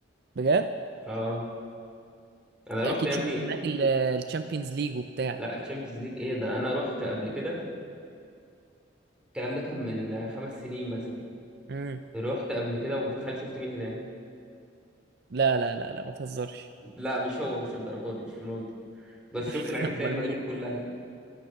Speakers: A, on the right (about 55°); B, in the centre.
A: بجد
B: اه انا رحت
A: أكيد
B: يا
A: شفت
B: ابني
A: هناك الشامبيونز ليج وبتاع
B: لا تشامبيونز ليج ايه ده انا رحت قبل كده الكلام ده كان من آه، خمس سنين مثلا
A: مم.
B: رحت قبل كده وتخيل شفت مين هناك
A: لا لا لا لا ما تهزرش
B: لا مش هو مش الدرجه دي مش رونالدو بس شفت
A: <laughs>
B: لعيبه
A: امال
B: ريال مدريد
A: مين
B: كلها